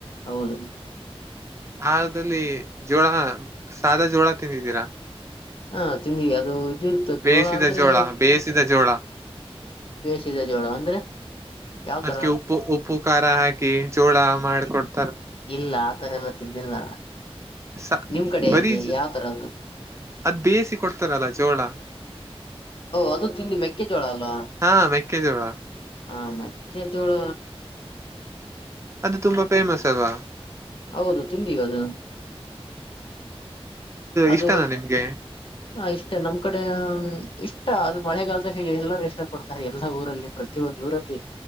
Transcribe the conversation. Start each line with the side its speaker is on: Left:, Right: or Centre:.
Left: ಹೌದು
Right: ಆದಲ್ಲಿ ಜೋಳ ಸಾದಾ ಜೋಳ ತಿಿಂದಿದ್ದೀರಾ
Left: ಹಾ ತಿಂದಿವ ಅದು ಇದದು ಇರ್ತದೆ
Right: ಬೇಯಿಸಿದ
Left: ಜೋಳ ಅಂದ್ರೆ
Right: ಬೇಯಿಸಿದ ಜೋಳ
Left: ಬೇಸಿದ ಜೋಳ ಅಂದ್ರೆ ಯಾವ್ತರ
Right: ಅದ್ಕ್ಕೆ ಉಪ್ಪು ಉಪ್ಪು ಖಾರ ಹಾಕಿ ಜೋಳ ಮಾಡಕೊಡ್
Left: ಇಲ್ಲ ಆತರ ಎಲ್ಲ ತಿಂದಿಲ್ಲ
Right: ಸ
Left: ನಿಮ್ ಕಡೆ
Right: ಬರೀ
Left: ಹೆಂಗೆ ಯಾವ್ತರ ಅದು
Right: ಅದ್ ಬೇಯಸಿ ಕೊಡ್ತಾರಲ್ಲ ಜೋಳ
Left: ಅದು ತಿಂಡಿ ಮೆಕ್ಕೆಜೋಳ ಅಲ್ವಾ
Right: ಹಾ ಮೆಕ್ಕೆಜೋಳ
Left: ಹ ಮೆಕ್ಕೆ ಳ
Right: ಅದು ತುಂಬಾ ಫೇಮಸ್ ಅಲ್ವಾ.
Left: ಹೌದು ತಿಂದೀವಿ ಅದು. ಅದು
Right: ಇಷ್ಟನಾ ನಿಮ್ಗೆ
Left: ಹ ಇಷ್ಟೇ ನಮ್ ಕಡೆ ಇಷ್ಟ ಅಷ್ಟ ಅದು ಮಳೆಗಾಲದ ಎಲ್ಲರೂ ಇಷ್ಟ ಪಡ್ತಾರೆ ಎಲ್ಲಾ ಊರಲ್ಲಿ ಪ್ರತ ಒಂದು ಊರಲ್ಲಿ